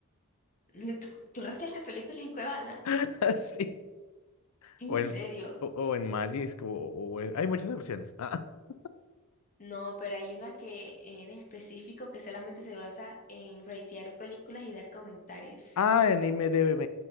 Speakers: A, on the left; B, on the left.
A: <laughs> ¿Tú, tú rateas las películas en Cuevana?
B: <laughs> Sí.
A: ¿En
B: O
A: serio?
B: en, o, o en Magis, o, o en- Hay muchas opciones. <laughs>
A: No, pero hay una que en específico que solamente se basa en ratear películas y dar comentarios.
B: Ah, en IMDb.